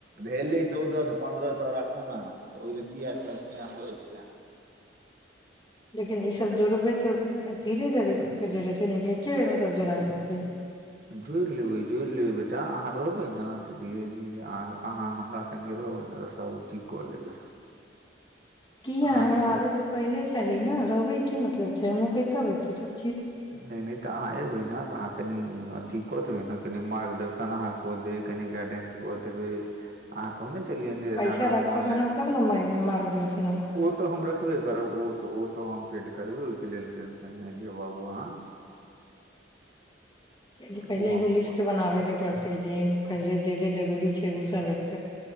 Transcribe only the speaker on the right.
भेलै चौदहसँ पन्द्रह सौ राखू न अहाँ ओहि ल कीया एते अपसियात होइ छी अहाँ
जुड़ि लेबै जुड़ि लेबै बेटा अहाँ रहबै न तऽ धीरे धीरे अह अहाँ हमरा संगे रहबै न तऽ सभ ठीक कऽ लेबै
अहाँसँ
ने
नइ नइ तऽ अहाँ एबै ने तऽ अहाँ कनि अथी कऽ देबै ने कनि मार्गदर्शन अहाँ कऽ देबै कनि गाइडेंस कऽ देबै अहाँ कहने छलिये न जे
एना एना
ऑनलाइन
ओ तऽ हम रखबे करब ओ तऽ ओ तऽ हम पेड करबे ओहिके लेल टेंशन नहि लियौ बाबू अहाँ
ओ
हम
कऽ